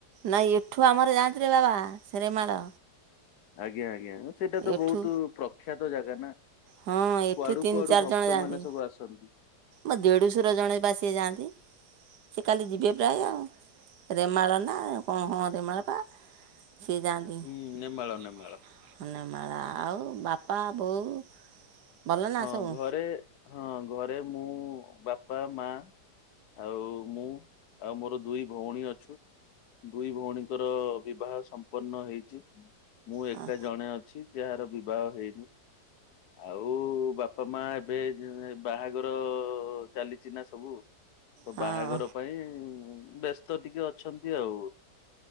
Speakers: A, on the right (about 75°); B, on the left (about 70°).
A: ନାଇଁ ଏଠୁ ଆମର ଯାଆନ୍ତିରେ ବାବା ସେରେମାଳ।
B: ଆଜ୍ଞା ଆଜ୍ଞା ସେଇଟା ତ
A: ଏଠୁ
B: ବୋହୁତ ପ୍ରଖ୍ୟାତ ଜାଗା ନା।
A: ହଁ ଏଠୁ
B: କୁଆଡ଼ୁ
A: ତିନି
B: କୁଆଡ଼ୁ
A: ଚାରି
B: ଭକ୍ତ
A: ଜଣ ଯାଆନ୍ତି
B: ମାନେ ସବୁ ଆସନ୍ତି।
A: ମୋ ଦେଢ଼ୁଶର ଜଣେ ପା ସିଏ ଯାଆନ୍ତି। ସେ କାଲି ଯିବେ ପ୍ରାୟ ଆଉ ରେମାଳ ନା କଣ ହଁ ରେମାଳ ପା? ସିଏ ଯାଆନ୍ତି
B: ହୁଁ ନେମାଳ ନେମାଳ।
A: ନେମାଳା ଆଉ ବାପା ବୋଉ ଭଲ ନା
B: ହଁ
A: ସବୁ
B: ଘରେ ହଁ ଘରେ ମୁଁ ବାପା ମା ଆଉ ମୁଁ ଆଉ ମୋର ଦୁଇ ଭଉଣୀ ଅଛୁ। ଦୁଇ ଭଉଣୀଙ୍କର ବିବାହ ସମ୍ପନ୍ନ ହେଇଛି। ମୁଁ ଏକା
A: ହଁ
B: ଜଣେ ଅଛି ଯାହାର ବିବାହ ହେଇନି ଆଉ ବା ପା ମା ଏବେ ଯୋଉ ଏ ବାହାଘର ଚାଲିଛି ନା ସବୁ। ତ
A: ହଁ
B: ବାହାଘର ପାଇଁ ବ୍ୟସ୍ତ ଟିକେ ଅଛନ୍ତି ଆଉ।